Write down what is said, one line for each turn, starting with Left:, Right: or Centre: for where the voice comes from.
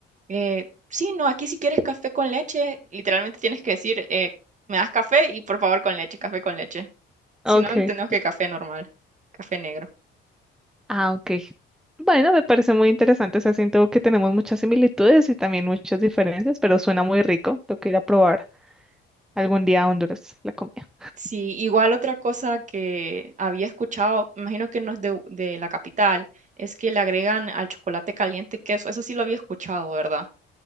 Right: Eh, sí, no, aquí si quieres café con leche, literalmente tienes que decir, eh, me das café y por favor con leche, café con leche. Si
Centre: Ok.
Right: no, entendemos que café normal, café negro.
Centre: Ah, ok. Bueno, me parece muy interesante. O sea, siento que tenemos muchas similitudes y también muchas diferencias, pero suena muy rico. Tengo que ir a probar algún día a Honduras la comida.
Right: Sí, igual otra cosa que había escuchado, me imagino que no es de, de la capital, es que le agregan al chocolate caliente queso. Eso sí lo había escuchado, ¿verdad?